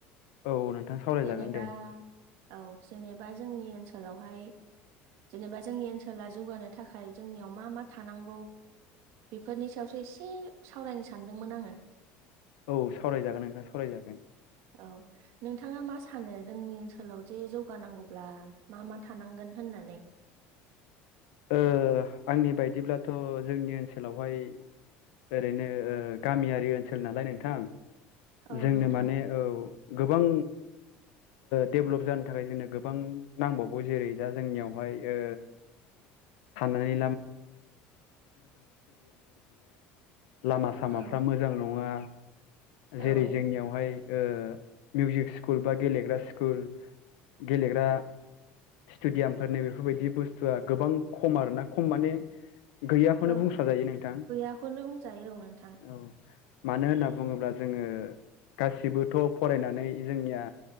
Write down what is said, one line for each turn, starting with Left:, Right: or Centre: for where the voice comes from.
Left: औ नोंथां सावरायजागोन
Right: जेनेबा
Left: दे
Right: औ जेनेबा जोंनि ओनसोलावहाय जेनेबा जोंनि ओनसोला जौगानो थाखाय जोंनियाव मा मा थानांगौ। बेफोरनि सायावसो एसे सावरायनो सानदोंमोन आङो।
Left: औ सावरायजागोन नोंथा सावरायजागोन।
Right: औ नोंथाङा मा सानो जोंनि ओनसोलाव जे जौगानांगौब्ला मा मा थानांगोन होन नानै
Left: ओ आंनि बायदिब्लाथ' जोंनि ओनसोलावहाय ओरैनो ओ गामियारि ओनसोल नालाय नोंथां
Right: औ
Left: जोंनो
Right: नोंथां
Left: माने औ। गोबां डेभलप जानो थाखाय जोंनो गोबां नांबावगौ जेरै दा जोंनियावहाय ओ साननानै लामा सामाफ्रा
Right: औ
Left: मोजां नङा
Right: औ
Left: जेरै जोंनियावहाय ओ मिउजिक स्कुल बा गेलेग्रा स्कुल गेलेग्रा स्टेडियामफोरनि बेफोरबायदि बुस्थुआ गोबां खम आरोना। खम माने गैयाखौनो
Right: औ
Left: बुंस्रा जायो नोंथां
Right: गैयाखौनो बुंजायो औ नोंथां
Left: औ। मानो होनना बुङोब्ला जोङो गासिबोथ' फरायनानै जोंनिया